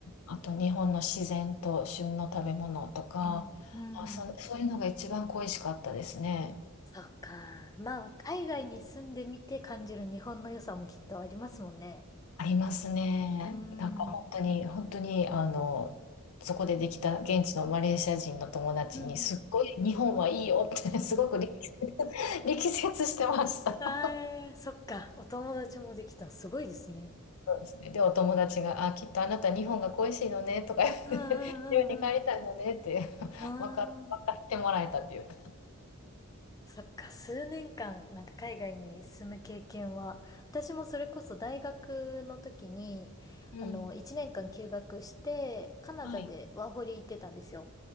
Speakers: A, on the left (about 75°); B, on the left (about 15°).
A: あと日本の自然と旬の食べ物とか、
B: うんうん。
A: あ、そ、そういうのが一番恋しかったですね。
B: そうか。まあ、海外に住んでみて感じる日本の良さもきっとありますもんね。
A: ありますね。
B: うん。
A: なんか本当に、
B: うん
A: 本当に、あの、そこでできた現地のマレーシア人の友達に、
B: うん。
A: すっごい日本はいいよって <laughs> すごく力説、力説してました。
B: ああ、そっか。お友達もできた。すごいですね。
A: そうですね。で、お友達が、あ、きっとあなた日本が恋しいのねとか言って、
B: うんうんうん
A: 日本に帰りたいのねって、<laughs>
B: うん。
A: 分か、分かってもらえたっていうか。
B: うん。そっか、数年間、なんか海外に住む経験は、私もそれこそ大学の時に、
A: うん。
B: あの、1年間休学して、カナダでワーホリ行ってたんですよ。
A: はい。